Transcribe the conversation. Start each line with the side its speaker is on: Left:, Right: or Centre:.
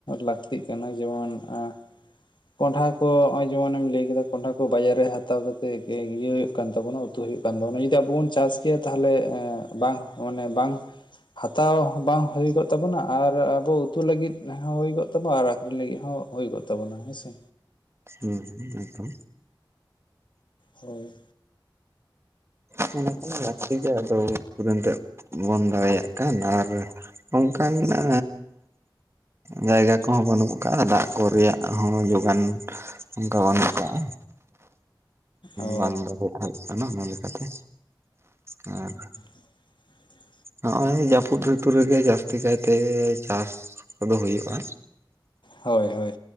Left: ᱞᱟᱹᱠᱛᱤ, ᱛᱤᱜ ᱠᱟᱱᱟ ᱡᱮᱢᱚᱱ ᱟ, ᱠᱚᱸᱱᱰᱷᱟ ᱠᱚ ᱱᱚᱜ ᱚᱭ ᱡᱮᱢᱚᱱ ᱮᱢ ᱞᱟᱹᱭ ᱠᱮᱫᱟ ᱠᱚᱸᱱᱰᱷᱟ ᱠᱚ ᱵᱟᱡᱟᱨ ᱨᱮ ᱦᱟᱛᱟᱣ ᱠᱟᱛᱮᱫ <inaudible> ᱤᱭᱟᱹ ᱦᱩᱭᱩᱜ ᱠᱟᱱᱟ᱾ ᱠᱟᱱ ᱛᱟᱵᱳᱱᱟ ᱩᱛᱩ ᱦᱩᱭᱩᱜ ᱠᱟᱱ ᱛᱟᱵᱚᱱᱟ ᱡᱚᱫᱤ ᱟᱵᱚ ᱵᱚᱱ ᱪᱟᱥ ᱠᱮᱭᱟ ᱛᱟᱦᱚᱞᱮ ᱵᱟᱝ ᱢᱟᱱᱮ ᱵᱟᱝ, ᱦᱟᱛᱟᱣ ᱵᱟᱝ ᱦᱩᱭ ᱠᱚᱜ ᱛᱟᱵᱚᱱᱟ ᱟᱨ ᱟᱵᱚ ᱩᱛᱩ ᱞᱟᱹᱜᱤᱫ ᱦᱚᱸ ᱦᱩᱭ ᱠᱚᱜ ᱛᱟᱵᱚᱱᱟ ᱟᱨ ᱟᱠᱷᱨᱤᱧ ᱞᱟᱹᱜᱤᱫ ᱦᱚᱸ, ᱦᱳᱭ ᱠᱚᱜ ᱛᱟᱵᱚᱱᱟ ᱦᱮᱸᱥᱮ?
Right: ᱦᱚᱸᱦᱚᱸ ᱮᱠᱫᱚᱢ᱾
Left: ᱦᱳᱭ,
Right: <inaudible> ᱞᱟᱹᱠᱛᱤ ᱜᱮ ᱟᱫᱚ, ᱩᱠᱩᱨ ᱮᱱᱛᱮ ᱵᱚᱱ ᱫᱟᱲᱮᱭᱟᱜ ᱠᱟᱱ ᱟᱨ ᱚᱱᱠᱟᱱ ᱟ ᱡᱟᱭᱜᱟ ᱠᱚᱦᱚᱸ ᱵᱟᱹᱱᱩᱜ ᱠᱟᱜᱼᱟ ᱫᱟᱜ ᱠᱚ ᱨᱮᱭᱟᱜ ᱦᱚᱸ ᱡᱳᱜᱟᱱ, ᱚᱱᱠᱟ ᱵᱟᱹᱱᱩᱜ ᱠᱟᱜᱼᱟ
Left: ᱚ
Right: ᱵᱟᱝ <inaudible> ᱦᱩᱭᱩᱜ ᱠᱟᱱᱟ ᱚᱱᱟ ᱞᱮᱠᱟᱛᱮ᱾ ᱟᱨ,
Left: <unintelligible>
Right: ᱱᱚᱜᱼᱚᱭ ᱡᱟᱹᱯᱩᱫ ᱨᱤᱛᱩ ᱨᱮᱜᱮ ᱡᱟᱹᱥᱛᱤ ᱠᱟᱭᱛᱮ ᱪᱟᱥ ᱠᱚᱫᱚ ᱦᱩᱭᱩᱜᱼᱟ᱾
Left: ᱦᱳᱭ ᱦᱳᱭ,